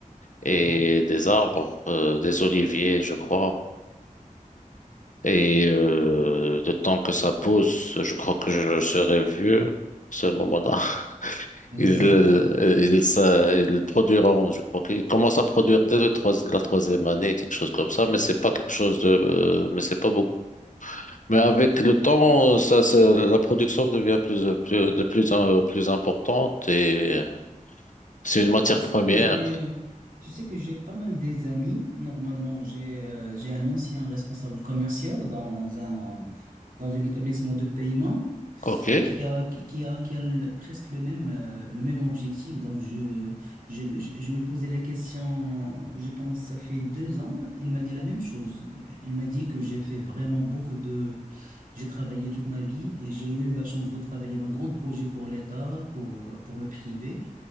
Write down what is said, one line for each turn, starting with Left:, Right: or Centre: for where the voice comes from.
Left: et
Right: Oui,
Left: des arbres, euh, des oliviers, je crois. Et euh, le temps que ça pousse, je crois que je serai vieux. à Ce moment-là, <laughs>
Right: Oui,
Left: ils,
Right: exactement.
Left: euh, ils, ça- ils produiront, je crois qu'ils commencent à produire dès le trois- la troisième année, quelque chose comme ça, mais c'est pas quelque chose de, euh, mais c'est pas beaucoup Mais avec le temps, ça, ça- la production devient plus, plus- de plus en plus importante et euh, c'est une matière
Right: Tu sais
Left: première.
Right: que j'ai, tu sais que j'ai pas mal des amis. Normalement, j'ai, euh, j'ai un ancien responsable commercial dans un, dans un établissement de paiement.
Left: OK,
Right: qui a, qui a, qui a le- presque le même, euh, le même objectif. Donc, je, je, je, je lui ai posé la question, je pense, ça fait deux ans. Il m'a dit la même chose. Il m'a dit que j'ai fait vraiment beaucoup de... J'ai travaillé toute ma vie et j'ai eu la chance de travailler dans grands projets pour l'État, pour, euh, pour le privé.